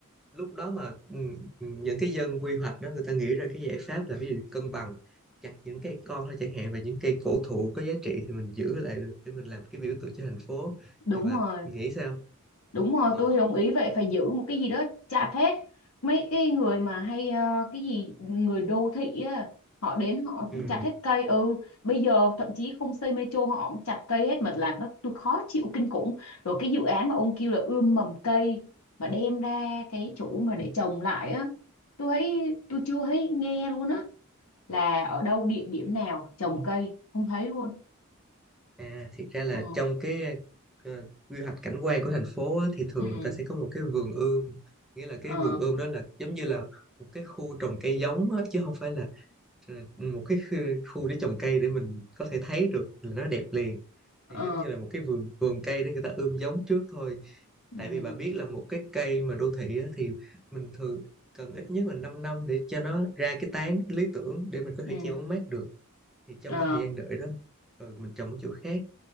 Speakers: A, in the centre; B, on the left.
A: lúc đó mà ừ, ừ, những cái dân quy hoạch đó người ta nghĩ ra cái giải pháp là ví dụ cân bằng chặt những cây con thôi chẳng hạn và những cây cổ thụ có giá trị thì mình giữ lại để mình làm cái biểu tượng cho thành phố
B: đúng
A: thì bà
B: rồi
A: nghĩ sao
B: Đúng rồi,
A: ờ
B: tôi đồng ý vậy phải giữ một cái gì đó chặt hết. Mấy cái người mà hay ờ, cái gì người đô thị á, họ đến họ
A: ừ.
B: chặt hết cây. Ừ, bây giờ thậm chí không xây metro họ cũng chặt cây hết mà làm nó tôi khó chịu kinh khủng. Rồi cái dự án mà ông kêu là ươm mầm cây mà đem ra cái chỗ mà để trồng lại á, tôi thấy tôi chưa thấy nghe luôn á là ở đâu địa điểm nào trồng cây không thấy luôn.
A: à, thiệt ra là
B: Ờ,
A: trong cái ờ, quy hoạch cảnh quan của thành phố á, thì thường
B: ừ,
A: người ta sẽ có một cái vườn ươm nghĩa là
B: ờ,
A: cái vườn ươm đó là giống như là một cái khu trồng cây giống á, chứ không phải là ờ, một cái khu khu để trồng cây để mình có thể thấy được là nó đẹp liền
B: ờ,
A: thì giống như là một cái vườn vườn cây để người ta ươm giống trước thôi
B: ừ,
A: tại vì bà biết là một cái cây mà đô thị á, thì mình thường cần ít nhất là 5 năm để cho nó ra cái tán lý tưởng để mình có
B: ừ.
A: thể che bóng mát được thì trong
B: ờ
A: cái thời gian đợi đó ừ, mình trồng ở chỗ khác